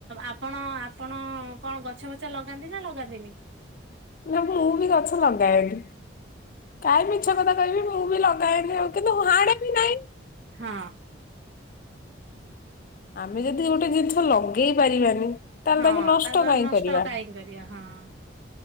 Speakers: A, on the right (about 70°); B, on the left (about 45°).
A: ଆପଣ ଆପଣ କଣ ଗଛ ଫଛ ଲଗାନ୍ତି ନା ଲଗାନ୍ତିନି।
B: ନା ମୁଁ ବି ଗଛ ଲଗାଏବି କାହିଁ ମିଛ
A: ହଁ
B: କଥା କହିବି ମୁଁ ବି ଲ ଗ ଆଉ କିନ୍ତୁ ହାଡେ ବି ନାହିଁ।
A: ହଁ।
B: ଆମେ ଯଦି ଗୋଟେ ଜିନିଷ ଲଉ ଆଗେଇ ପାରିବାନି ତାହେଲେ
A: ହଁ
B: ତାକୁ ନଷ୍ଟ କାହିଁ
A: ଆଉ
B: କରିବା?
A: କାହିଁ କରିବା ହଁ।